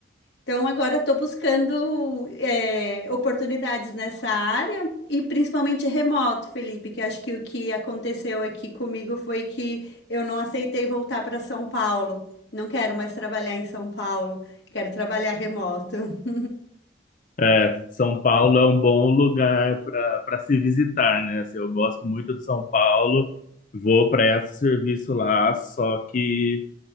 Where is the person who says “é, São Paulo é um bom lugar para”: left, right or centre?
Left